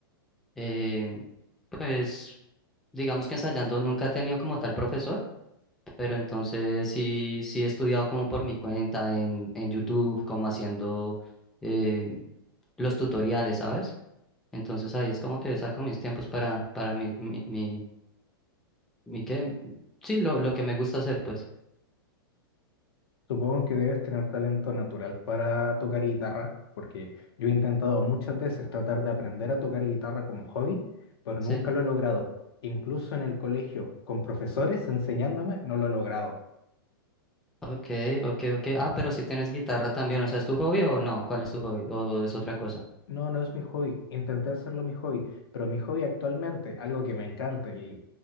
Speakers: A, in the centre; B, on the left (about 80°).
A: eh, pues, digamos que ensayando. Nunca he tenido como tal profesor, pero entonces sí, sí he estudiado como por mi cuenta en, en YouTube, como haciendo em, los tutoriales, ¿sabes? Entonces ahí es como que saco mis tiempos para, para mi, mi, mi, mi, ¿qué? Sí, lo, lo que me gusta hacer, pues.
B: Supongo que debes tener talento natural para tocar guitarra, porque yo he intentado muchas veces tratar de aprender a tocar guitarra como hobby, pero
A: Sí.
B: nunca lo he logrado. Incluso en el colegio, con profesores enseñándome, no lo he logrado.
A: Ok, ok, ok. Ah, pero si tienes guitarra también, o sea, ¿es tu hobby o no? ¿Cuál es tu hobby? ¿O es otra cosa?
B: No, no es mi hobby. Intenté hacerlo mi hobby, pero mi hobby actualmente, algo que me encanta y